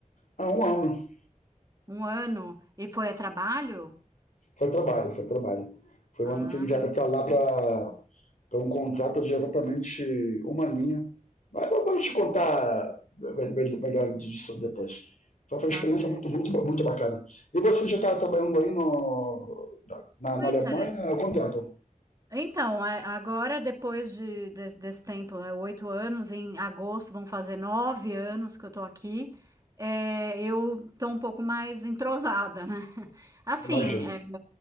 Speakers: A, on the left; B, on the right.
A: Ah, um ano.
B: Um ano? E foi a trabalho?
A: Foi trabalho, foi trabalho. Foi
B: Ah,
A: um ano, fui enviado pra lá pra Foi um contrato de exatamente uma linha. Mas vamos te contar é, me- me- melhor disso depois. Foi uma
B: tá
A: experiência
B: certo.
A: muito, muito, muito bacana. E você já está trabalhando aí no, na,
B: Pois
A: na Alemanha
B: é.
A: há quanto tempo?
B: Então, é, agora, depois de, des- desse tempo, né, oito anos, em agosto vão fazer nove anos que eu tô aqui, é, eu tô um pouco mais entrosada, né? <laughs> Assim,
A: Imagino.
B: é,